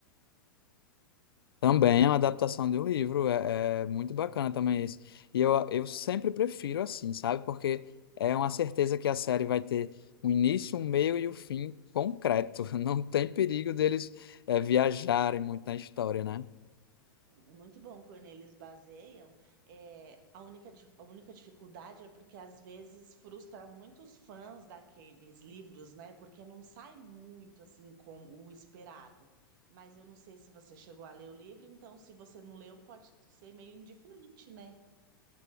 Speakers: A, on the left; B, on the right.
A: Também é uma adaptação de um livro, é, é muito bacana também isso. E eu, eu sempre prefiro assim, sabe? Porque é uma certeza que a série vai ter um início, um meio e o fim concreto. <laughs> Não tem perigo deles é, viajarem muito na história, né?
B: É muito bom quando eles baseiam. É, a única, di- a única dificuldade é porque às vezes frustra muitos fãs daqueles livros, né? Porque não sai muito assim como o esperado. Mas eu não sei se você chegou a ler o livro, então se você não leu, pode ser meio indiferente, né?